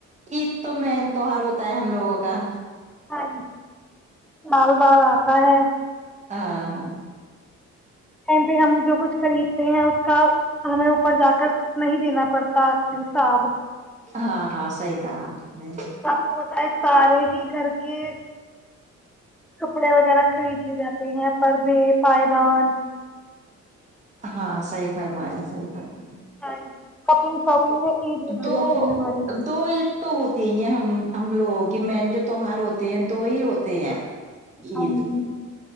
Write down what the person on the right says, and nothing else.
عید تو من تیوار ہوتا ہے ہم لوگوں کا
ہاں ہاں
ہاں ہاں صحیح کا نہیں
ہاں صحیح فرمایا صحیح فرما
دو
دو عید تو ہوتی ہی ہیں ہم ہم لوگوں کی مین جو تیوہار ہوتا دو ہی ہوتے ہیں عید